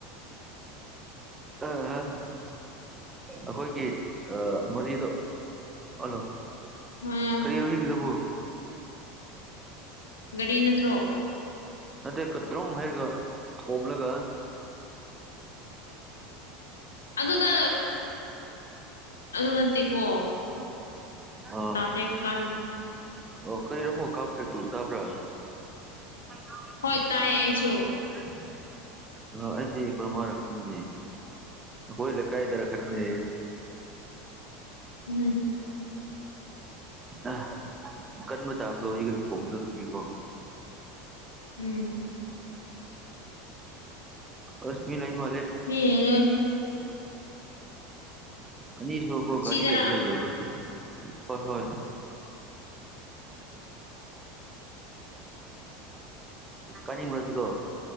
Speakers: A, on the right (about 20°); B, on the left (about 80°).
A: ꯑꯥ ꯑꯩꯈꯣꯏꯒꯤ ꯑ ꯃꯔꯤꯗꯣ ꯍꯜꯂꯣ
B: ꯎꯝ
A: ꯀꯔꯤꯔꯁꯤꯒꯗꯕꯨ
B: ꯔꯤ ꯅꯠꯇ꯭ꯔꯣ
A: ꯅꯠꯇꯦꯀꯗ꯭ꯔꯧ ꯍꯥꯏꯔꯒ ꯊꯣꯝꯂꯒ
B: ꯑꯗꯨꯗ ꯑꯗꯨ ꯅꯠꯇꯦꯀꯣ
A: ꯑꯥ
B: ꯗꯦ ꯀꯥꯏ
A: ꯑꯣ ꯀꯔꯤꯔꯝꯃꯣ ꯀꯥꯄ꯭ꯔꯦ ꯇꯨ ꯇꯥꯕ꯭ꯔꯥ <unintelligible>
B: ꯍꯣꯏ ꯇꯥꯏꯌꯦ ꯑꯩꯁꯨ
A: <unintelligible> ꯗꯨꯅ ꯑꯩꯗꯤ ꯀꯔꯃꯥꯏꯅ ꯈꯪꯒꯅꯤ ꯍꯣꯏꯂ ꯀꯥꯏꯗꯔ ꯈꯔ
B: ꯎꯝ
A: ꯑ ꯀꯟꯕ ꯆꯥꯡꯗꯣ ꯍꯧꯖꯤꯛꯀꯤ ꯈꯣꯡꯉꯗ ꯑꯗꯨꯒꯤꯀꯣ
B: ꯎꯝ
A: ꯑꯁ ꯃꯤ ꯂꯩꯕ ꯃꯥꯜꯂꯦ
B: <unintelligible>
A: ꯑꯅꯤꯁꯨꯄꯣ ꯀꯔꯤ
B: ꯁꯤꯗꯔꯥ
A: ꯂꯩꯕ ꯂꯩꯗꯕ꯭ꯔ ꯍꯣꯏ ꯍꯣꯏ ꯀꯅꯤꯝ꯭ꯔ ꯑꯗꯨꯗꯣ